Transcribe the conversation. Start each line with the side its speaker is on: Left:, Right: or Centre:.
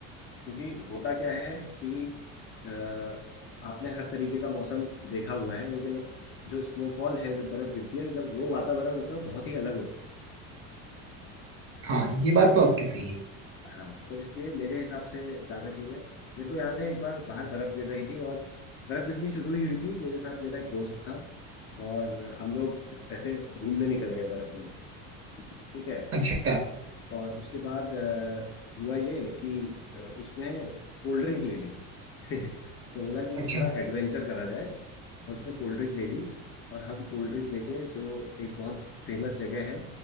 Left: क्योंकि होता क्या है कि अ, आपने हर तरीके का मौसम देखा हुआ है लेकिन जो स्नोफॉल है जब बर्फ गिरती है जब वो वातावरण होता है वो बहुत ही अलग होता है
Right: हाँ ये बात तो आपकी सही है
Left: हाँ तो इसलिए मेरे हिसाब से जाना चाहिए मेरे को याद है एक बार बाहर बर्फ गिर रही थी और बर्फ गिरनी शुरू ही हुई थी मेरे साथ मेरा एक दोस्त था और हम लोग ऐसे घूमने निकल गए बर्फ में ठीक है
Right: अच्छा
Left: और उसके बाद अ, हुआ ये कि अ, उसने कोल्ड ड्रिंक ले ली <laughs> तो बोला कि
Right: अच्छा
Left: थोड़ा एडवेंचर करा जाए और उसने कोल्ड ड्रिंक ले ली और हम कोल्ड ड्रिंक लेके जो एक बहुत फेमस जगह है